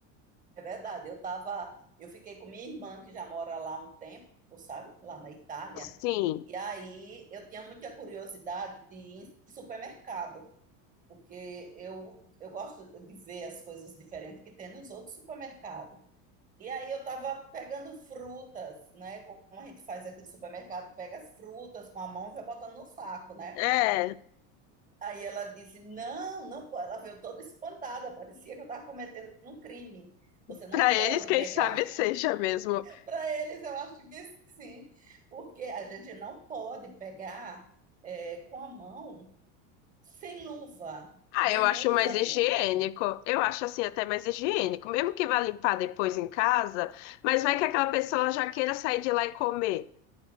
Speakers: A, on the right; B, on the left.
A: É verdade, eu tava, eu fiquei com minha irmã que já mora lá há um tempo, sabe? Lá na Itália.
B: Sim,
A: E aí eu tinha muita curiosidade de ir em supermercado, porque eu, eu gosto de ver as coisas diferentes que tem nos outros supermercados. E aí eu estava pegando frutas, né? Como a gente faz aqui no supermercado, pega as frutas com a mão e vai botando no saco, né?
B: é.
A: Aí ela disse: "Não, não pode". Ela veio toda espantada, parecia que eu estava cometendo um crime. Você não
B: Para eles,
A: pode
B: quem
A: pegar.
B: sabe seja mesmo.
A: Para eles, eu acho que sim, porque a gente não pode pegar eh, com a mão, sem luva,
B: Ah,
A: nenhum
B: eu acho
A: dos
B: mais
A: alimentos.
B: higiênico. Eu acho assim até mais higiênico, mesmo que vá limpar depois em casa, mas vai que aquela pessoa já queira sair de lá e comer